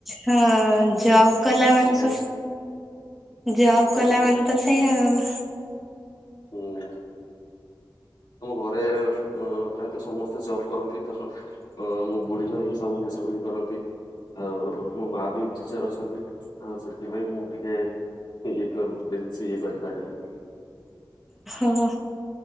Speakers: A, in the centre; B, on the left.
A: ହଁ ଜବ୍ କଲା ମାନେ
B: ଟାଇମ୍
A: ତ ଜବ୍
B: ଆଜ୍ଞା
A: କଲା
B: ଆଜ୍ଞା
A: ମାନେ ତ ସେଇଆ ଆଉ।
B: ହୁଁ। ଆମ ଘରେ ପ୍ରାୟତଃ ସମସ୍ତେ ଜବ୍ କରନ୍ତି ତ। ଅ ମୋ ବୁଢୀ ମାଆ ହିଁ ସବୁ ବୁଝାବୁଝି କରନ୍ତି। ଆଉ ମୋ ମା ବି ଟିଚର୍ ଅଛନ୍ତି। ଆଉ ସେଥିପାଇଁ ମୁଁ ଟିକେ <unintelligible> କିଛି ଇଏକରିପାରେନି
A: ଓହୋ